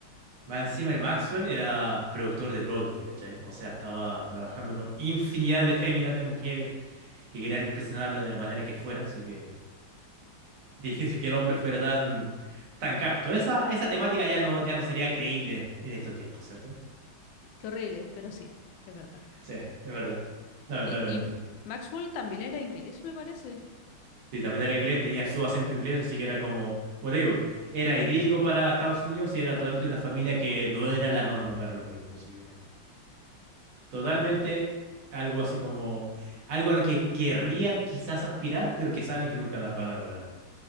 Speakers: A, on the right; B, on the left.
A: más encima el Maxwell era productor de Broadway, ¿cachai? O sea, estaba trabajando con infinidad de féminas, de mujeres que querían impresionarla de la manera que fuera, así que difícil que el hombre fuera tan, tan casto. Esa, esa temática ya no, ya no sería creíble en, en estos tiempos, ¿cierto?
B: Qué horrible, pero sí, es verdad.
A: Sí, es verdad. Lamentablemente.
B: Y, y Maxwell también era inglés, me parece.
A: Sí, también era inglés, tenía su
B: Mm.
A: acento inglés, así que era como, como te digo, era idílico para Estados Unidos y era totalmente una familia que no era la norma para los gringos, así que totalmente algo así como, algo a lo que querrían quizás aspirar, pero que saben que nunca la van a lograr.